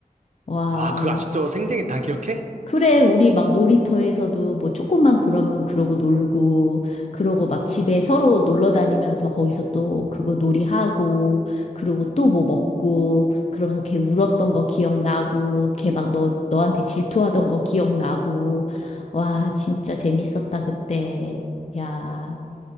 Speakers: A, on the left; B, on the right.
A: 와.
B: 와, 그거 아직도 생생히 다 기억해?
A: 그래, 우리 막 놀이터에서도 뭐 조금만 그러면 그러고 놀고, 그러고 막 집에 서로 놀러 다니면서 거기서 또 그거 놀이하고, 그러고 또 뭐 먹고, 그러면서 걔 울었던 거 기억나고, 걔 막 너, 너한테 질투하던 거 기억나고. 와, 진짜 재밌었다, 그때. 야,